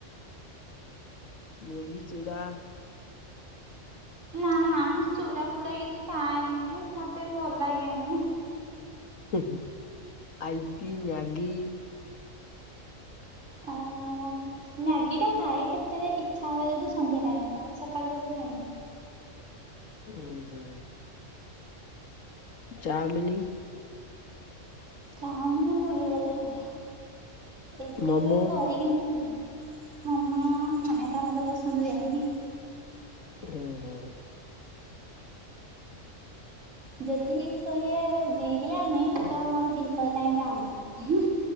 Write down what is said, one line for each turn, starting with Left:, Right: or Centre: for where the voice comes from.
Left: ମୁଢ଼ି, ଚୂଡ଼ା।
Right: ନା ନା ମୁଁ ଚୁଡ଼ା ଫୁଡା କିଛି ଖାଏନି ମତେ ଭଲ ଲାଗେନି।
Left: ହୁଁ ଆଉ ଇପି, ମ୍ୟାଗି?
Right: ଉଁ ହୁଁ। ମ୍ୟାଗି ଟା ଖାଏ କେତେବେଳେ ଇଚ୍ଛା ହୁଏ ଯଦି ସନ୍ଧ୍ୟା ଟାଇମ ରେ ଖାଏ ସକାଳୁ କେବେ ଖାଏନି।
Left: ଉଁ ହୁଁ। ଚାମିନି।
Right: ଚାଉମିନ ବୁଲିଗଲେ ଖାଏ ଏଠି
Left: ମୋମୋ
Right: କେବେ କରିକିନି ଖାଇନି। ମୋମୋ ନା ଟା ତା ମତେ ପସନ୍ଦ ହୁଏନି।
Left: ଉଁ ହୁଁ।
Right: ଯଦି କହିବେ ବିରିୟାନୀ ତ ମୋର ଦିପଦ ଟ ଆଗ